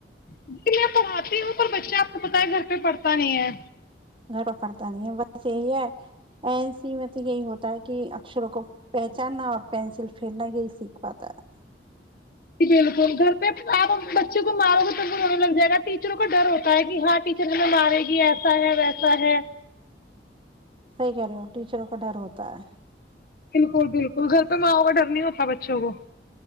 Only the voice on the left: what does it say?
جی میں پڑھاتی ہوں پر بچہ آپ کو پتا ہے گھر پہ پڑھتا نہیں ہے
جی بالکل گھر پہ آپ بچوں کو مارو تو تو میں لگ جائے گا ٹیچروں کو ڈر ہوتا ہے کہ ہاں ٹیچر لیں مارے گی ایسا ہے ویسا ہے
بالکل بالکل گھر پہ ماں کا ڈر نہیں ہوتا بچوں کو